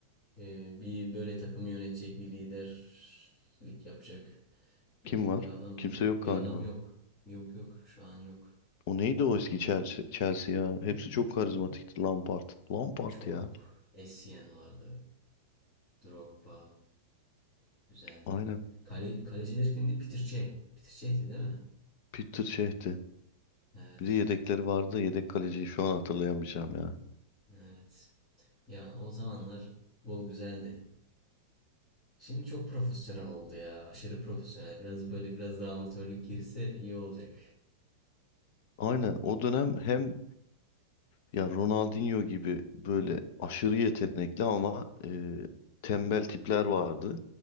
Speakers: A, on the left (about 25°); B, on the left (about 45°).
A: Ee, bir böyle takımı yönetecek bir liderlik yapacak
B: Kim
A: ee,
B: var?
A: bir adam
B: Kimse yok
A: bir
B: galiba.
A: adam yok. Yok yok şu an yok.
B: O neydi o eski Chelsea, Chelsea ya? Hepsi çok karizmatikti. Lampard. Lampard
A: Çok.
B: ya.
A: Essien vardı. Drogba güzeldi.
B: Aynen.
A: Kale, kaleciler kimdi? Peter Cech. Peter Cech'ti değil mi?
B: Peter şeyhti.
A: Evet.
B: Bir de yedekleri vardı da yedek kaleciyi şu an hatırlayamayacağım ya.
A: Evet. Ya o zamanlar futbol güzeldi. Şimdi çok profesyonel oldu ya. Aşırı profesyonel. Biraz böyle biraz daha amatörlük girse iyi olacak.
B: Aynen o dönem hem ya Ronaldinho gibi böyle aşırı yetenekli ama e, tembel tipler vardı.